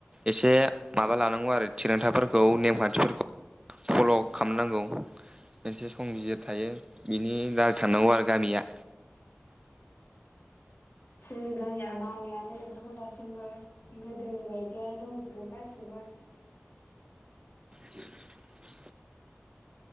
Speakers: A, on the right; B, on the left.
A: एसे माबा लानांगौ आरो थिरांथाफोरखौ नेमखानथिफोरखौ फल' खालामनांगौ मोनसे संबिजिर थायो बिनि दारै थांनांगौ आरो गामिया
B: जोंनि गामिया मानियानो बेफोरखौ दासिमबो गोदोनि बायदियानो दंजोबो गासिबो
A: <inaudible>